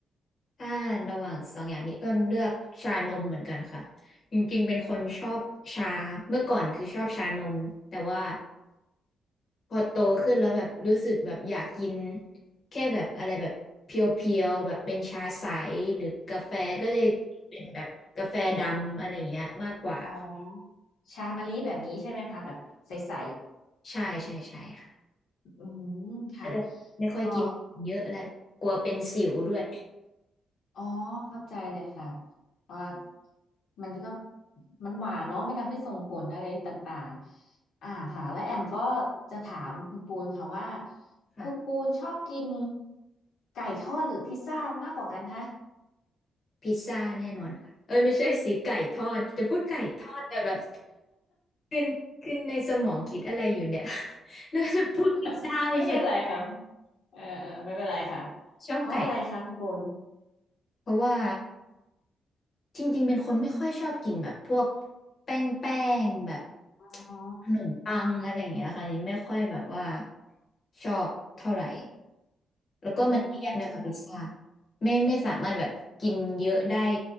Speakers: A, on the left (about 40°); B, on the left (about 75°).
A: ถ้าระหว่างสองอย่างนี้ก็เลือกชานมเหมือนกันค่ะจริงๆเป็นคนชอบชาเมื่อก่อนคือชอบชานมแต่ว่าพอโตขึ้นแล้วแบบรู้สึกแบบอยากกินแค่แบบอะไรแบบเพียวๆแบบเป็นชาใสหรือกาแฟก็เลยเป็นแบบกาแฟดำอะไรอย่างเงี้ยมากกว่าค่ะ
B: อ๋อชามะลิแบบนี้ใช่ไหมคะแบบใส
A: ใช่ใช่ใช่ค่ะ
B: ๆอืมค่ะ
A: ก็จะไม่ค่อยกินเยอะแล้วกลัวเป็นสิวด้วย
B: พออ๋อเข้าใจเลยค่ะเพอมันก็มันหวานเนาะมันทำให้ส่งผลอะไรต่างๆอ่าค่ะแล้วแอมก็จะถามคุณปูนค่ะว่า
A: ค่ะ
B: คุณปูนชอบกินไก่ทอดหรือพิซซ่ามากกว่ากันคะ
A: พิซซ่าแน่นอนค่ะเอ้ยไม่ใช่สีไก่ทอดจะพูดไก่ทอดแต่แบบ ขึ้นขึ้นในสมองคิดอะไรอยู่เนี่ย <laughs> แล้วจะพูดพิซซ่าไปเฉย
B: <laughs> ไม่เป็นไรค่ะเออเออไม่เป็นไรค่ะ
A: ชอบไก่
B: เพราะอะไรคะคุณปูน
A: เพราะว่าจริงๆเป็นคนไม่ค่อยชอบกินแบบพวกแป้งแป้งแบบ
B: อ๋อ
A: ขนมปังอะไรอย่างเงี้ยค่ะยังไม่ค่อยแบบว่าชอบเท่าไหร่แล้วก็มันเลี่ยนด้วยค่ะพิซซ่า
B: อืม
A: ไม่ไม่สามารถแบบกินเยอะได้